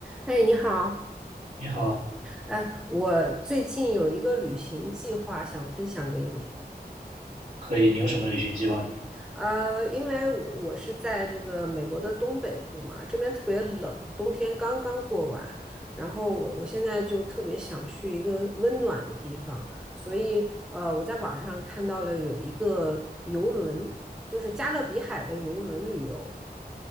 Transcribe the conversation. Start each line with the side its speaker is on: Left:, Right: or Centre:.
Centre: 哎，你好，
Right: 你好，
Centre: 哎，我最近有一个旅行计划想分享给你。
Right: 可以，你有什么旅行计划呢？
Centre: 呃，因为我我是在这个美国的东北部嘛，这边特别冷，冬天刚刚过完，然后我我现在就特别想去一个温暖的地方，所以呃，我在网上看到了有一个游轮，就是加勒比海的游轮旅游。